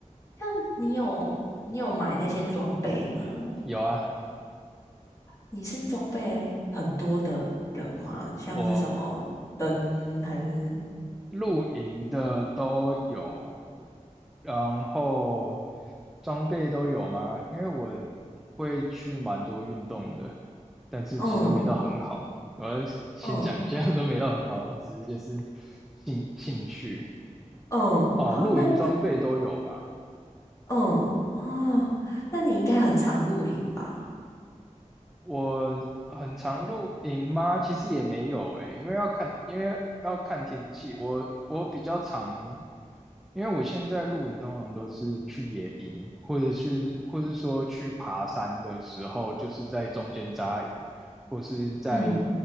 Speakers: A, on the left; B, in the centre.
A: 像你有你有买那些装备吗？
B: 有啊，
A: 你是装备很多的人吗？像是什么灯还是
B: 我露营的都有，然后装备都有吗？因为我会去蛮多运动的，但是其实都没到很好。
A: 嗯
B: 我要先先讲一下，
A: 嗯
B: <laughs> 都没到很好，我只是就是兴兴趣
A: 嗯，
B: 哦，
A: 好，
B: 露营装备都有吧。
A: 那那嗯哦，那你应该很常露营吧？
B: 我很常露营吗？其实也没有诶，因为要看，因为要看天气。我我比较常，因为我现在露营通常都是去野营，或者去，或是说去爬山的时候，就是在中间扎营，或是在，
A: 嗯